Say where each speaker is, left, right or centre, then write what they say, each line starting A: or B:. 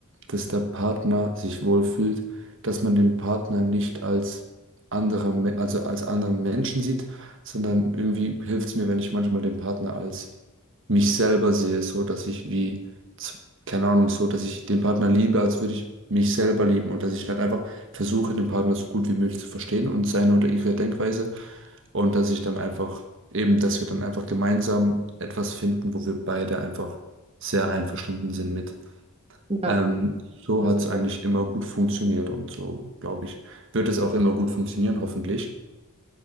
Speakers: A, on the right (about 60°); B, on the right (about 25°).
A: dass der Partner sich wohlfühlt, dass man den Partner nicht als anderer, Me- also als anderen Menschen sieht, sondern irgendwie hilft es mir, wenn ich manchmal den Partner als mich selber sehe, so dass ich wie, z- keine Ahnung, so dass ich den Partner liebe, als würde ich mich selber lieben und dass ich halt einfach versuche, den Partner so gut wie möglich zu verstehen und seine oder ihre Denkweise. Und dass ich dann einfach, eben, dass wir dann einfach gemeinsam etwas finden, wo wir beide einfach sehr einverstanden sind mit.
B: Ja,
A: Ähm,
B: <laughs>
A: so
B: Kompromiss.
A: hat es eigentlich immer gut funktioniert und so, glaube ich, wird es auch immer gut funktionieren, hoffentlich.